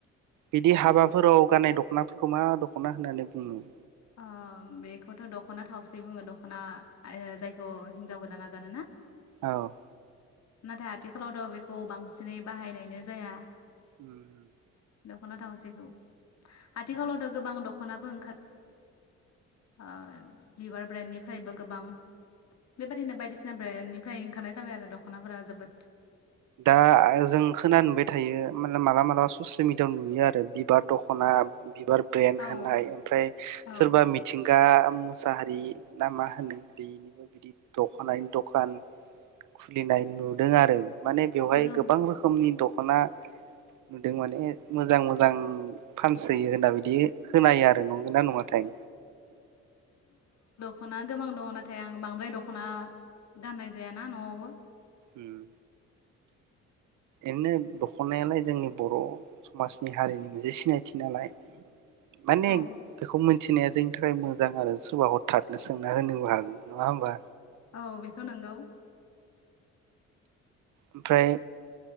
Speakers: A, on the right; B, on the left.
A: बिदि हाबाफोराव गाननाय दखनाफोरखौ मा दख ख'ना होननानै बुङो?
B: ओ बेखौथ' दख'ना थावसि बुङो दख'ना ओ जायखौ हिन्जाव गोदाना गानो ना?
A: औ ।
B: नाथाय आथिखालावथ' बेखौ बांसिनै बाहायनायनो जाया ।
A: उम उम ।
B: दख'ना थावसिखौ । आथिखालावथ'
A: उम
B: गोबां द'ख ख'नाबो ओंखार ओ बिबार ब्रेन्डनिफ्रायबो गोबां बेबादिनो बायदिसिना ब्रेन्डनिफ्राय ओंखारनाय जाबाय आरो दख'नाफोरा जोबोद ।
A: दा जों खोनानो मोनबाय थायो माने मालाब मालाबा ससियेल मिडियाआव नुयो आरो बिबार दख'ना बिबार ब्रेन्ड
B: औ
A: होननाय ओमफ्राय
B: औ
A: सोरबा मिथिंगा उम मुसाहारि ना मा होनो बेनिबो बिदि दख'नानि दखान खुलिनाय नुदों आरो माने बेवहाय
B: गोब
A: गोबां रोखोमनि दख खना नुदों माने मोजां मोजां फानसोयो होनना बिदि खोनायो आरो नंगोना नङाथाय?
B: ख'ना गोबां दङ' नाथाय आं बांद्राय दख'ना गाननाय जायाना न'आवबो ।
A: उम एनो दख'नायालाय जोंनि बर' समाजनि हारिनि मोनसे सिनायथि नालाय । माने
B: औ
A: बेखौ मोन थिनाया जोंनि थाखाय मोजां आरो सोरबा हरथातनो सोंना होनोबो हागौ नङा होमबा?
B: औ बेथ' नोंगौ ।
A: ओमफ्राय